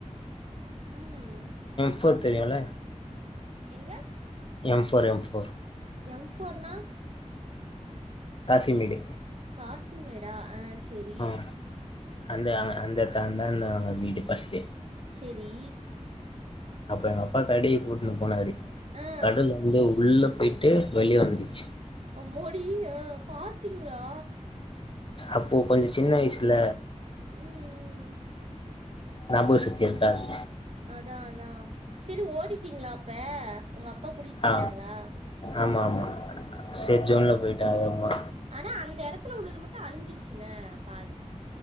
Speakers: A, on the right; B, on the left.
A: உம்
B: இப்பொ தெரியுல
A: எங்க
B: எம்ஃபோர் எம்ஃபோர்
A: எம் ஃபோர்னா
B: காசிமேடு
A: காசிமேடா அ செரி
B: ஆ அந்த அ அந்த கந்தந்த அ வீடு பஸ்ட்டு
A: செரி
B: அப்ப எங்க அப்பா கடைக்கு கூட்ன்னு போனாரு
A: ஆ
B: கடல் வந்து உள்ள ட்டு வெளிய வந்துச்சி
A: மோடி ஆ பாத்தீங்ளா
B: அப்போ கொஞ்ச சின்ன வைசுல
A: ம் ம்
B: ஞாபக சக்தி இருக்காது
A: அதா அதா செரி ஓடிட்டீங்ளா அப்ப ஒங்க அப்பா கூட்டியுட் போயிட்டாங்ளா
B: ஆ ஆமா ஆமா சேஃப் ஜோன்ல
A: ஆ
B: போயிட்டே ஆமா
A: ஆனா அந்த எடத்ல உள்ளது மட்டு அழிஞ்சிருச் சுன பாதி